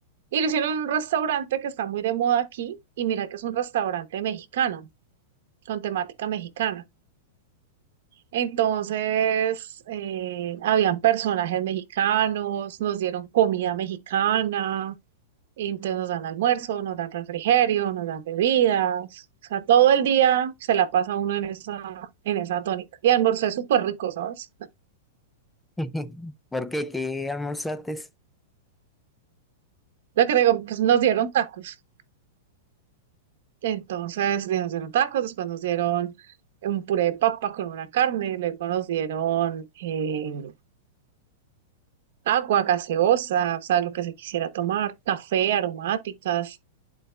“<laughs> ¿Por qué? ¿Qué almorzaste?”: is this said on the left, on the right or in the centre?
Centre